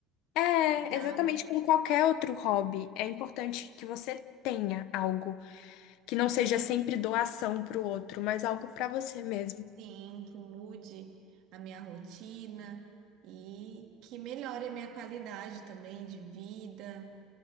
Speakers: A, on the left; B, on the right.
A: É,
B: É algo
A: exatamente como qualquer outro hobby, é importante que você tenha algo que não seja sempre doação para o outro, mas algo para você mesmo.
B: sim, que mude a minha rotina e que melhore a minha qualidade também de vida.